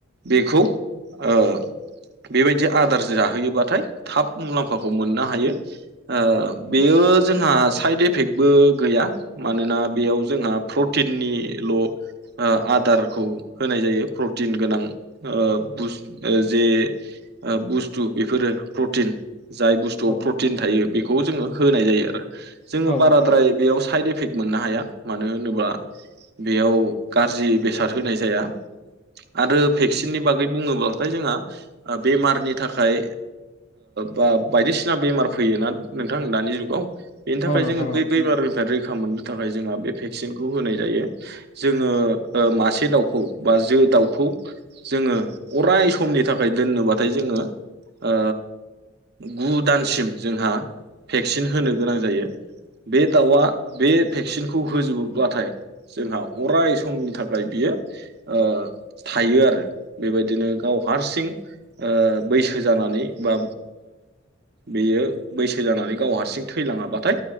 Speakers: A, on the right (about 50°); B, on the left (about 35°).
A: बेखौ ओ बेबायदि आदार जाहोयोबाथाय थाब मुलाम्फाखौ मोननो हायो आं बेयो ओ जोंहा साइद इफेक्टबो गैया। मानोना बेयाव जोंहा प्रटिननिल' आदारखौ होनाय जायो प्रटिन गोनां ओ जे बुस्थु बेफोरो प्रटिन जाय बुस्थुआव
B: औ
A: प्रटिन
B: नोंथां
A: थायो बेखौ जोङो होनाय जायो आरो जोङो
B: औ
A: बाराद्राय बेयाव साइद एफे इफेक्ट मोननो हाया मानो होनोब्ला बेयाव गाज्रि बेसाद होनाय जाया आरो भेक्सिननि बागै बुङोब्लाथाय जोंहा बेमारनि थाखाय बा बायदिसिना बेमार फैयोना नोंथां दानि जुगाव बेनि थाखाय
B: औ नोंथां
A: जोङो बै
B: औ
A: बैमारनिफ्राय रै खा मोननो थाखाय जोंहा बे भेक्सिनखौ होनाय जायो जोङो मासे दाउखौ बा जो दाउखौ जोङो अराय समनि थाखाय दोननोबाथाय जोङो ओ गु दानसिम जोंहा भेक्सिन होनो गोनां जायो बे दाउआ बे भेक्सिनखौ होजोबोब्लाथाय जोंहा अराय समनि थाखाय बियो ओ थायो आरो बेबायदिनो गाव हारसिं बैसो जानानै बा बेयो बैसो जानानै गाव हारसिं थैलाङाबाथाय